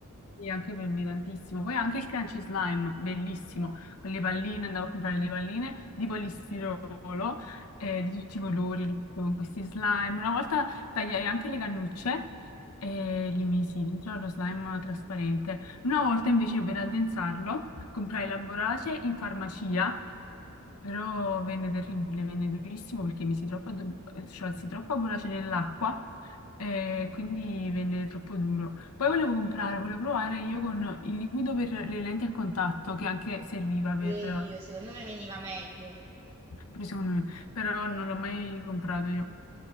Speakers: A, on the left (about 85°); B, on the right (about 25°).
A: Sì, anche per me tantissimo. Poi anche il crunchy slime, bellissimo, con le palline, andavo a comprare le palline di polistirolo eh, di tutti i colori, le mettevo in questi slime. Una volta tagliai anche le cannucce e le misi dentro allo slime trasparente. Una volta invece io per addensarlo comprai la borace in farmacia però venne terribile, venne durissimo perché mi si troppo, addor- cioè, si troppo abbolace nell'acqua e quindi venne troppo duro. Poi volevo comprare, volevo provare io con il liquido per le lenti a contatto che anche serviva
B: Pure
A: per,
B: io, secondo me veniva meglio.
A: per secondo me, però non l'ho mai comprato io.